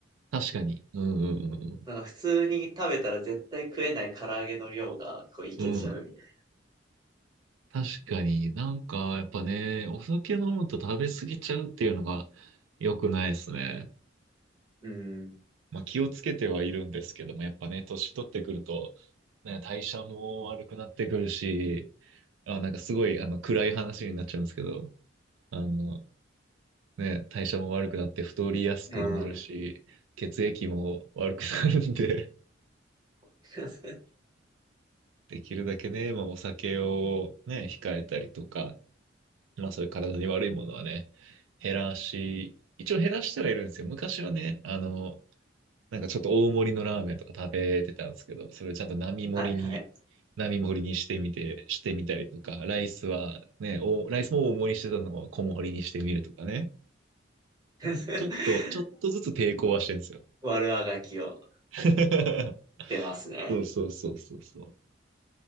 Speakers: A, on the right; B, on the right.
A: 確かに。うんうんうん
B: なんか普通に食べたら絶対食えない唐揚げの量がこういけちゃうみたい
A: うん。確かになんか、やっぱね、お酒飲むと食べ過ぎちゃうっていうのが良くないですね。
B: な。うん。
A: まあ気をつけてはいるんですけども、やっぱね、年取ってくると、ね、代謝も悪くなってくるし、あ、なんかすごい、あの、暗い話になっちゃうんですけど、あの、ね、代謝も悪くなって太りやすくもなるし、
B: うん。
A: 血液も悪くなるんで、
B: <laughs>
A: <laughs> できるだけね、まあお酒をね、控えたりとか、まあそういう体に悪いものはね、減らし、一応減らしてはいるんですよ。昔はね、あの、なんかちょっと大盛りのラーメンとか食べてたんですけど、それをちゃんと並盛りに、
B: はいはい。
A: 並盛りにしてみて、してみたりとか、ライスはね、お、ライスも大盛りしてたのを小盛りにしてみるとかね。
B: <laughs>
A: ちょっと、ちょっとずつ抵抗はしてるんですよ。
B: 悪あがきを
A: <laughs>
B: 出ますね。
A: そうそうそうそうそう。